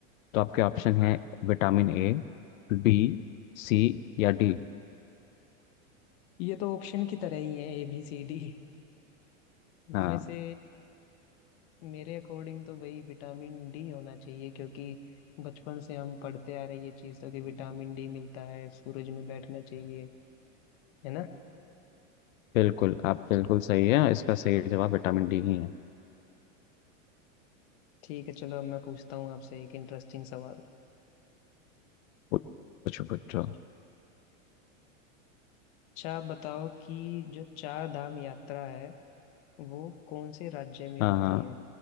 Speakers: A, on the left; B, on the left.
A: तो आपके ऑप्शन है विटामिन ए बी सी या डी
B: ये तो ऑप्शन की तरह ही है ए बी सी डी इनमें
A: हाँ
B: से मेरे अकॉर्डिंग तो भाई विटामिन डी होना चाहिए क्योंकि बचपन से हम पढ़ते आ रहे हैं ये चीज़ तो कि विटामिन डी मिलता है सूरज में बैठना चाहिए है ना
A: बिल्कुल आप बिल्कुल सही है इसका सही जवाब विटामिन डी ही है
B: ठीक है चलो अब मैं पूछता हूँ आपसे एक इंटरेस्टिंग सवाल
A: पूछो पूछो
B: अच्छा आप बताओ कि जो चार धाम यात्रा है वो कौन से राज्य में
A: हाँ
B: होती
A: हाँ
B: है